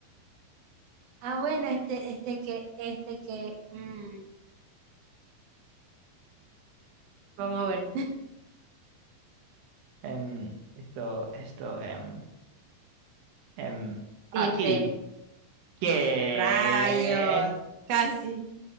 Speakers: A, on the right; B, on the right.
A: ah, bueno, este, este que, este que. mm, vamos a ver.
B: Em, esto, esto, em, em, aquí.
A: Sí, este.
B: ¿Qué?
A: Rayos. Casi.